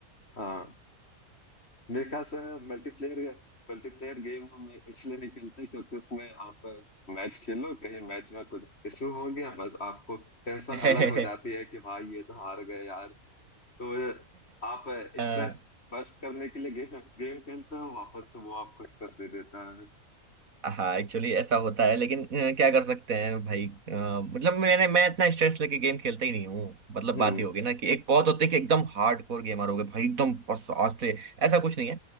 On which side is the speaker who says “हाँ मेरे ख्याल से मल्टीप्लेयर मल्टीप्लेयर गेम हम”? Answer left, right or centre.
Left